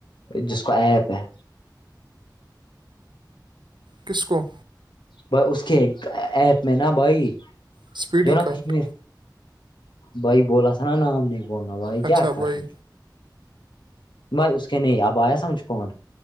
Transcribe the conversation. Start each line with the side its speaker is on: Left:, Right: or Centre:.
Left: جس کو ایپ ہے
Right: کس کو
Left: ب اس کے ایپ میں نا بھائی
Right: اسپیڈی
Left: جو نا
Right: کاٹ
Left: کشمیر بھائی بولا س نا نام نہیں بولنا بھائی
Right: اچھا
Left: کیا کر
Right: بھائی
Left: رہے بائی اس کے نہیں اب آیا سمجھ کون